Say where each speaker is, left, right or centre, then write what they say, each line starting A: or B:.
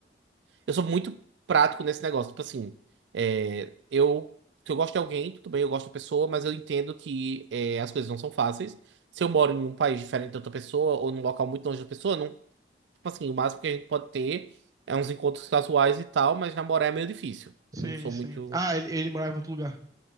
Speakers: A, on the right; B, on the right.
A: Eu sou muito prático nesse negócio. Tipo assim, é, eu. Se eu gosto de alguém, tudo bem, eu gosto da pessoa, mas eu entendo que é, as coisas não são fáceis. Se eu moro em um país diferente da outra pessoa, ou num local muito longe da pessoa, não. Tipo assim, o máximo que a gente pode ter é uns encontros casuais e tal, mas namorar é meio difícil.
B: Sim,
A: Eu não sou
B: sim.
A: muito.
B: Ah, ele, ele morava em outro lugar.